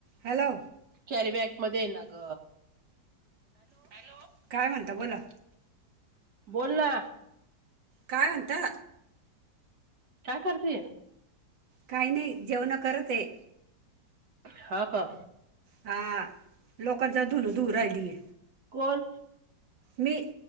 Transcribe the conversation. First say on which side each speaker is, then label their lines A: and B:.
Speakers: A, on the right (about 80°); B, on the right (about 65°).
A: Hello
B: carry bag मध्ये आहे ना ग.
A: हॅलो काय म्हणता बोला.
B: बोल ना.
A: काय म्हणता.
B: काय करतेय
A: काही नाही जेवण करत आहे
B: हा का
A: हा लोकांचा धुन दूर राहिलीय.
B: कोण
A: मी